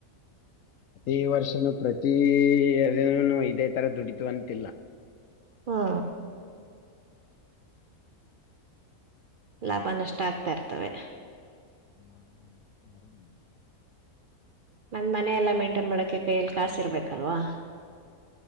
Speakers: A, on the left; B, on the right.
A: ಈ ವರ್ಷನೂ ಪ್ರತಿ ಅದೇನೆನೋ ಇದೇ ತರ ದುಡಿತಿವಂತಿಲ್ಲ‌.
B: ಹಾ ಲಾಭ ನಷ್ಟ ಆಗ್ತಾ ಇರ್ತವೆ.
A: <unintelligible>
B: ನನ್ನ ಮನೆ ಎಲ್ಲಾ ಮಂಟೈನ್ ಮಾಡೊಕೆ ಕೈಯಲ್ಲಿ ಕಾಸೂ ಇರ್ಬೇಕಲ್ವಾ.